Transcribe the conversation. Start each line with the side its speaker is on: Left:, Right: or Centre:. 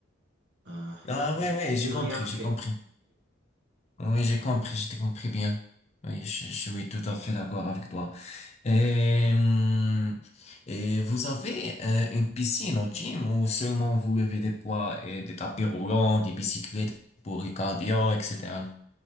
Right: Euh,
Left: Ah oui, oui, j'ai
Right: que j'ai
Left: compris,
Right: rien
Left: j'ai
Right: fait.
Left: compris. Oui, j'ai compris, j'ai compris bien. Oui, je je suis tout à fait d'accord avec toi. Et, hum, et vous avez euh, une piscine au gym ou seulement vous levez des poids et des tapis roulants, des bicyclettes pour le cardio, etc.